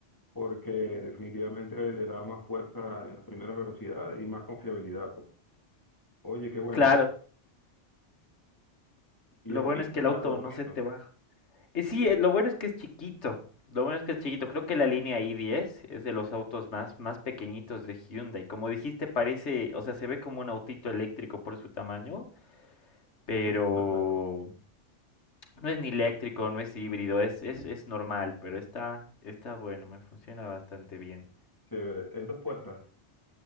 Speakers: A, on the left; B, on the left.
A: porque definitivamente le da más fuerza en las primeras velocidades y más confiabilidad, pues. Oye, qué bueno.
B: Claro,
A: inte- Y
B: lo
A: es bonito,
B: bueno es que el
A: claro,
B: auto
A: es
B: no
A: bonito.
B: se te baja. Y sí, eh, lo bueno es que es chiquito. Lo bueno es que es chiquito. Creo que la línea i10 es de los autos más, más pequeñitos de Hyundai. Como dijiste, parece, o sea, se ve como un autito eléctrico por su tamaño, pero
A: Dos puertas, ¿no?
B: no es ni eléctrico, no es híbrido, es, es, es normal, pero está, está bueno, me funciona bastante bien.
A: Chévere. Es dos puertas.